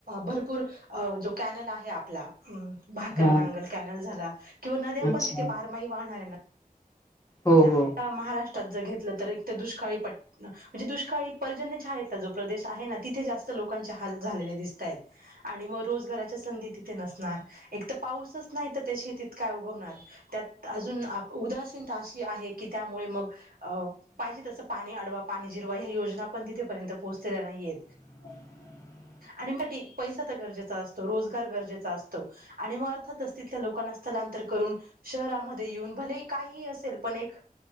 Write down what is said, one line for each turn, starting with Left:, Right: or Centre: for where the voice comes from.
Right: भरपूर जो कॅनल आहे. आपला, हम भाकरा
Left: हा
Right: नांगल कॅनल झाला, किंवा नद्या
Left: अच्छा
Right: पण तिथे बारमाही वाहणाऱ्या ना,
Left: हो
Right: आहे
Left: हो.
Right: महाराष्ट्र, त्या जर घेतलं तर एक तर <unintelligible> दुष्काळी म्हणजे दुष्काळी पर्जन्य छायाचा प्रदेश आहे, ना तिथे जास्त, लोकच्या हाल झालं दिसत्यात, आणि म रोजाराच्या संधी तिथे नसणार, एक तर पाऊसचा नाहीतर त्या शेतीत काय उगवणार त्यात अजून उदास, आहे की त्यामुळे मग, पाहिजे तस पाणी अडवा पाणी जिरवा या योजना पण तिथेपर्यंत पोहो पोहचल्या नाहीयेत.
Left: <unintelligible>
Right: आणि मा पैसा तर गरजेचा असतो, रोजगार गरजेचा असतो आणि मग अर्थातच तिथल्या लोकांना असत. स्थलांतर करून शहरामध्ये येऊन भले काही असेल. पण एक